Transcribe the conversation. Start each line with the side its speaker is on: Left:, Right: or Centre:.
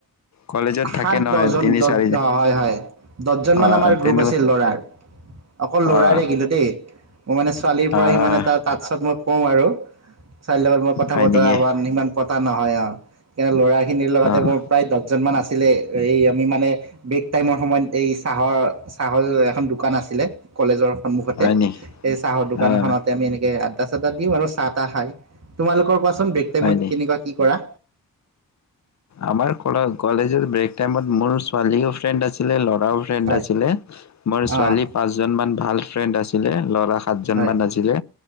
Left: কলেজত থাকে
Right: সাত
Left: নহয়
Right: দহজন
Left: তিনি চাৰি
Right: হয় হয় দহজন
Left: অ',
Right: মান আমাৰ গ্ৰুপ
Left: তেনে
Right: আছিল ল'ৰাৰ অকল ল'ৰাৰে
Left: অ',
Right: কিন্তু দেই মোৰ মানে ছোৱালীৰ পৰা
Left: অ',
Right: সিমানে তাৰপিছত মোক কওঁ আৰু চাৰে মই কথা
Left: হয়
Right: বতৰা
Left: নেকি?
Right: কৰাত ইমান পতা নহয় অ প্ৰায় ল'ৰাখিনিৰ লগতে
Left: অ',
Right: মোৰ প্ৰায় দহজনমান আছিলে এই আমি মানে ব্ৰেক টাইমৰ সময়ত এই চাহৰ চাহৰ এখন দোকান আছিলে কলেজৰ সন্মুখতে
Left: হয় নেকি?
Right: এই চাহৰ দোকানখনতে
Left: অ',
Right: আমি এনেকে আদা। তাতে দিম আৰু চাহ তাহ খাই তোমালোকৰ কোৱাচোন বেক্স টাইমত
Left: হয় নেকি?
Right: কেনেকুৱা কি কৰা
Left: আমাৰ কলেজত ব্ৰেক টাইমত মোৰ ছোৱালীও ফ্ৰেণ্ড আছিলে ল'ৰাও ফ্ৰেণ্ড
Right: হয়
Left: আছিলে মোৰ ছোৱালী
Right: অঁ
Left: পাঁচজন মান ভাল ফ্ৰেণ্ড আছিল আছিলে ল'ৰা সাতজন
Right: হয়
Left: মান আছিলে